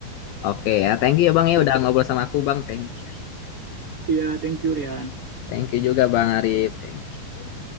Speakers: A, on the left (about 90°); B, on the right (about 70°).
A: Oke ya, thank you ya Bang ya
B: But,
A: udah ngobrol sama aku Bang. Thank you.
B: iya, yeah, thank you, Rian.
A: Thank you juga Bang Arif. Thank you.